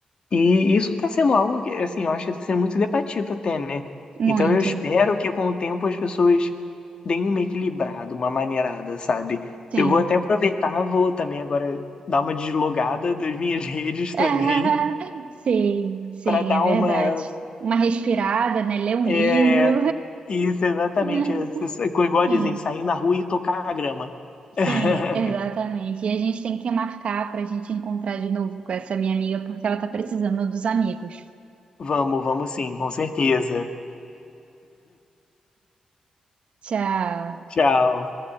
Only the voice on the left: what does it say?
E isso está sendo algo que, assim, eu acho que está sendo muito debatido até, né?
Então eu espero que com o tempo as pessoas deem uma equilibrada, uma maneirada, sabe?
Eu vou até aproveitar, vou também agora dar uma deslogada das minhas <laughs> redes
também
para dar
uma.
É,
isso, exatamente.
Isso, Igual
dizem, sair na rua e tocar a grama.
<laughs>
Vamos, vamos sim, com certeza.
Tchau.